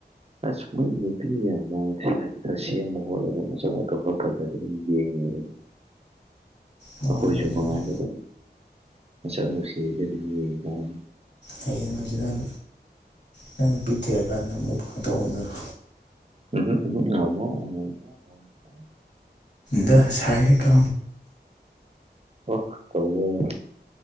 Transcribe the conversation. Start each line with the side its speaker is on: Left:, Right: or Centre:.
Right: ꯑꯁ ꯃꯣꯏ ꯅꯨꯄꯤ ꯌꯥꯝ ꯈꯔ ꯁꯦꯝꯃ ꯈꯣꯠꯂꯒ ꯃꯆꯛ ꯃꯊꯣꯛ ꯈꯔ ꯐꯖ ꯑꯗꯨꯝ ꯌꯦꯡꯉꯦ
Left: ꯃꯉꯥꯜ
Right: ꯑꯩꯈꯣꯏꯁꯨ
Left: ꯅꯨꯡꯗꯥꯡꯗ
Right: ꯃꯉꯥꯏꯒꯗꯕ ꯃꯁꯛ ꯅꯨꯡꯁꯤꯗ ꯑꯗꯨꯝ ꯌꯦꯡꯕ꯭ꯔꯥꯅꯤ
Left: ꯍꯌꯦꯡꯩꯅꯣꯖꯤ ꯅꯪ ꯅꯪꯅ ꯄꯤꯊꯦꯑꯀꯥꯟꯗ ꯑꯃꯨꯛ ꯐ ꯇꯧꯟꯅꯔ
Right: ꯎꯝ ꯎꯝ ꯎꯝ ꯎ ꯦ
Left: ꯗꯁꯥꯏ ꯀ
Right: ꯑꯣ ꯇꯧꯕꯋꯦ